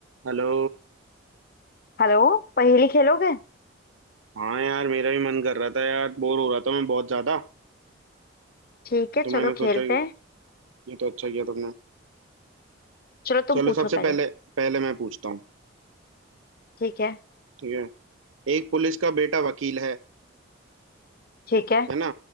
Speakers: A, on the right (about 85°); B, on the left (about 45°).
A: Hello
B: Hello पहेली खेलोगे
A: हाँ यार मेरा भी मन कर रहा था यार बोर हो रहा था मैं बहुत ज्यादा
B: ठीक है
A: तो मैंने
B: चलो
A: सोचा
B: खेलते
A: ये
B: हैं
A: तो अच्छा किया तुमने
B: चलो तुम
A: चलो
B: पूछो
A: सबसे
B: पहले
A: पहले पहले मैं पूछता हूँ
B: ठीक है
A: ठीक है एक पुलिस का बेटा वकील है
B: ठीक है
A: है ना